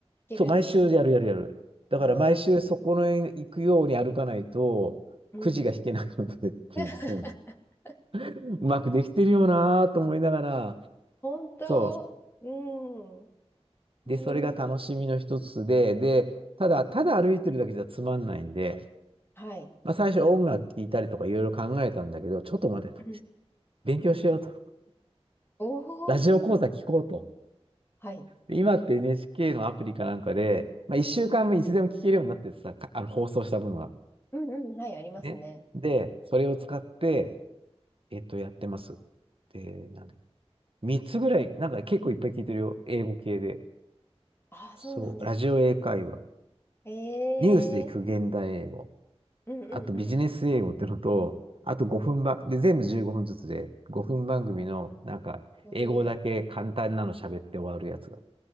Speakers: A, on the left; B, on the right.
A: けるんです
B: そう、毎週やるやるやる。だから毎週そこの行くように歩かないと、
A: おー。うん。
B: くじが引けないのでっていう、
A: <laughs>
B: そう、うまくできてるよなぁと思いながら、
A: 本当うん。
B: そう。で、
A: へ
B: それが楽しみの一つで、
A: え
B: で、ただ、ただ歩いてるだけじゃつまんないんで、
A: はい。
B: まあ、最初音楽聴いたりとかいろいろ考えたんだけど、ちょっと待てと。
A: うん
B: 勉強しようと。
A: お
B: ラジオ講座聞こうと。
A: お。はい。
B: で今って NHK のアプリかなんかで、まあ、1週間分いつでも聞けるようになっててさ、
A: うん
B: かあの放送した分は。
A: うんうん。はい、ありますね。
B: ね。で、それを使って、えっと、やってます。で、なんだっけ3つぐらい、なんか結構いっぱい聞いてるよ。英語系で。
A: ああ、
B: そう。
A: そうなんですか。
B: ラジオ英会話。
A: ええ
B: ニュースで聞く現代英語。
A: うんうんうん。
B: あとビジネス英語ってのと、
A: ありますね。
B: あと5分ばん、で、全部15分ずつで、5分番組の、なんか、
A: ちょうどいい。
B: 英語だけ簡単なの喋って終わるやつが。